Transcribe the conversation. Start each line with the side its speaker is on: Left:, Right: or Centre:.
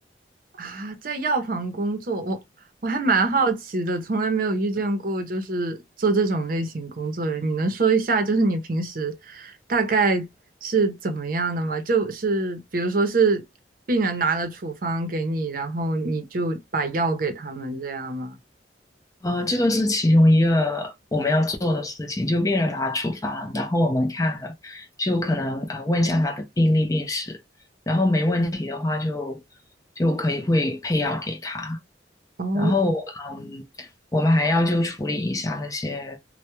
Right: 啊，在药房工作，我我还蛮好奇的，从来没有遇见过就是做这种类型工作的人。你能说一下，就是你平时大概是怎么样的吗？就是比如说是病人拿了处方给你，然后你就把药给他们这样吗？
Left: 呃，这个是其中一个我们要做的事情，就病人拿处方，然后我们看了，就可能呃问一下他的病历病史，然后没问题的话就就可以会配药给他，
Right: 哦，
Left: 然后嗯，我们还要就处理一下那些